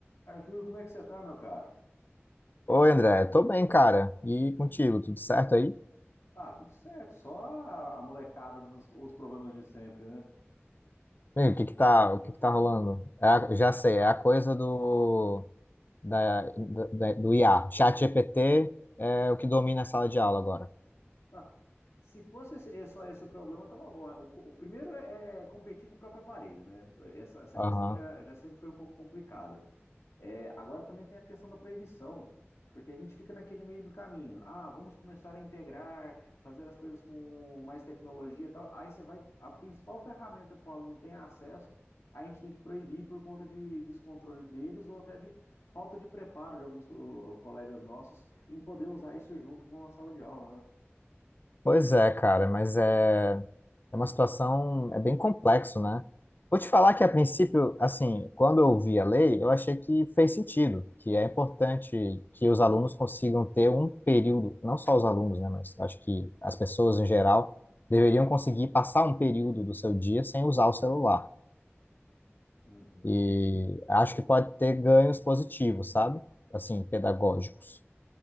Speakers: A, on the left; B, on the left.
A: Arthur, como é que você tá, meu caro?
B: Oi, André, tô bem, cara. E contigo, tudo certo aí?
A: Ah, tudo certo, só a a molecada nos, os problemas de sempre, né?
B: Bem, o que que tá, o que que tá rolando? É a- já sei, é a coisa do da, da- da- do IA. Chat GPT é o que domina a sala de aula agora.
A: Ah, se fosse esse- eh, só esse o problema, tava bom. né? O, o primeiro é, é competir com o próprio aparelho, né? Essa, essa
B: Aham.
A: questão já, já sempre foi um pouco complicada. É, agora também tem a questão da proibição, porque a gente fica naquele meio do caminho. Ah, vamos começar a integrar, fazer as coisas com mais tecnologia e tal. Aí você vai, a principal ferramenta que o aluno tem acesso, a gente tem que proibir por conta de descontrole deles ou até de falta de preparo de alguns ô, colegas nossos em poder usar isso junto com a sala de aula, né?
B: Pois é, cara, mas é, é uma situação, é bem complexo, né? Vou te falar que, a princípio, assim, quando eu vi a lei, eu achei que fez sentido, que é importante que os alunos consigam ter um período, não só os alunos, né, mas acho que as pessoas em geral deveriam conseguir passar um período do seu dia sem usar o celular.
A: Uhum.
B: E acho que pode ter ganhos positivos, sabe? Assim, pedagógicos.